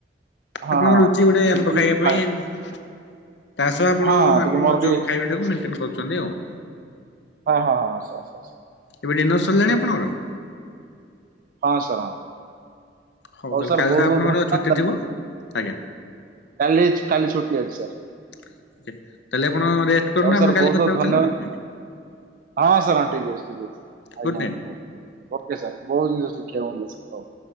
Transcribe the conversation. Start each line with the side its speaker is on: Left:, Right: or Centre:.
Right: ହଁ
Left: ଆପଣ ଙ୍କ ରୁଚି ଗୋଟେ
Right: ସେମିତି
Left: ଆମ୍ବ ଖାଇବା ପାଇଁ।
Right: ଖାଏ
Left: ତା ସହ ଆପଣ
Right: ହଁ ଟିକେ
Left: ଆପଣ
Right: ମୋର
Left: ଯୋଉ
Right: ଟିକେ
Left: ଖାଇବା ଟାକୁ ମେଣ୍ଟେନ କରୁଛନ୍ତି ଆଉ।
Right: ହଁ ହଁ ହଁ ସାର୍ ସାର୍ ସାର୍।
Left: ଏବେ ଡିନର୍ ସରିଲାଣି
Right: ହଉ
Left: ଆପଣଙ୍କର?
Right: ହଁ ସାର୍ ହଁ।
Left: ହଉ ତାହେଲେ
Right: ସାର୍
Left: କାଲି
Right: ବହୁତ
Left: ତ ଆପଣଙ୍କର
Right: ବହୁତ
Left: ଛୁଟି
Right: ଧନ୍ୟବାଦ
Left: ଥିବ ଆଜ୍ଞା।
Right: କାଲି କାଲି ଛୁଟି ଅଛି ସାର୍।
Left: <unintelligible> ତାହେଲେ ଆପଣ ରେଷ୍ଟ୍ କରନ୍ତୁ
Right: ହଉ
Left: ଆମେ
Right: ସାର୍
Left: କାଲି
Right: ବହୁତ
Left: କଥା
Right: ବହୁତ
Left: ହବା
Right: ଧନ୍ୟବାଦ
Left: ତାହେଲେ ଆଉ।
Right: ହଁ ସାର୍ ହଁ ଠିକ୍ ଅଛି ଠିକ୍ ଅଛି
Left: ଗୁଡ୍
Right: ଆଜ୍ଞା
Left: ନାଇଟ୍।
Right: ଆଜ୍ଞା ହଉ। ଓକେ ସାର୍ ବହୁତ ଜିନିଷ ଶିଖିଆକୁ ମିଳିଲା ସାର୍ ହଉ।